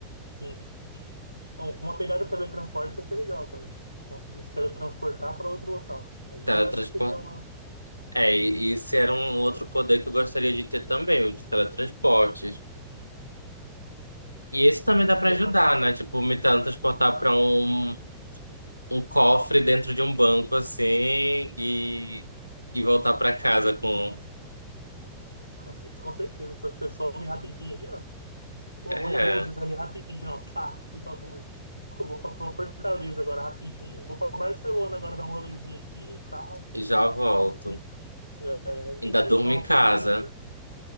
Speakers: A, on the right; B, on the left.
A: sim. Então, uma pegada teletransporte ia ser legal também. Se eu conseguisse teletransportar para outro local. Aí
B: teletransporte.
A: eu acho que seria uma.
B: É, e esse era um outro poder que eu gostaria de ter também, os teletransportes. E esse também
A: Esse
B: dá para
A: ia
B: ajudar,
A: facilitar.
B: né? Tipo, me teletransportar para um, um cofre dentro de um banco assim e, e voltar para
A: Ah,
B: casa
A: não, esse com,
B: com.
A: <laughs> esse com certeza. Só que você some rapidinho ali, ó. Pô,
B: É,
A: vou em Búzios ali rapidinho, ó. Pá, fui pra Búzios. Pô, vou pra, pra Fortaleza agora rapidinho. Vou pra Barcelona agora dar um rolezinho aqui e tal.
B: já volto.
A: É,
B: Ainda durmo
A: isso é uma
B: em casa.
A: pegada aqui.